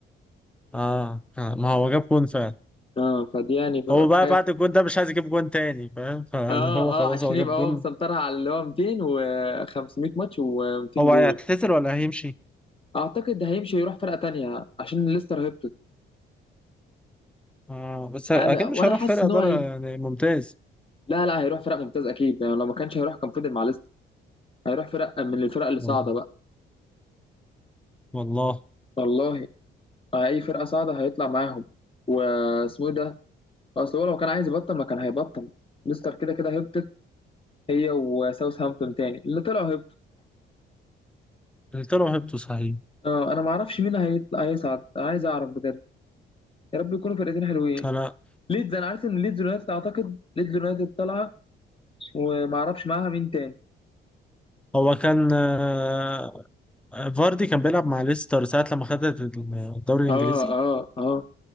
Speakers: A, in the centre; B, on the left.
A: اه ما هو جاب جون فعلا
B: اه فدي يعني بقى
A: هو بقى
B: حاجة
A: بعد الجون ده مش عايز يجيب جون تاني فاهم فاللي
B: اه
A: هو
B: اه
A: خلاص
B: عشان
A: هو
B: يبقى
A: جاب جون
B: هو مسنطرها على اللي هو 200 و500 ماتش و200
A: هو
B: جول
A: هيعتزل ولا هيمشي
B: اعتقد ده هيمشي يروح فرقة تانية عشان ليستر هبطت
A: اه بس اكيد
B: انا وانا
A: مش هيروح
B: حاسس
A: فرقة
B: ان
A: ادارة
B: هو هي-
A: يعني ممتاز
B: لا لا هيروح فرق ممتاز اكيد يعني لو ما كانش هيروح كان فضل مع هيروح فرقة من الفرق اللي
A: والله
B: صاعدة بقى
A: والله
B: والله أي فرقة صاعدة هيطلع معاهم واسمه إيه ده أصل هو لو كان عايز يبطل ما كان هيبطل ليستر كده كده هبطت هي وساوثهامبتون تاني اللي طلعوا هبطوا
A: قلت له هبته صحيح
B: آه أنا ما أعرفش مين هيطلع هيصعد عايز أعرف بجد يا رب يكونوا فرقتين حلوين
A: انا
B: ليدز أنا عارف إن ليدز يونايتد أعتقد ليدز يونايتد طالعة وما أعرفش معاها مين تاني
A: هو كان آه، فاردي كان بيلعب مع ليستر ساعة لما خدت الدوري الانجليزي
B: آه آه آه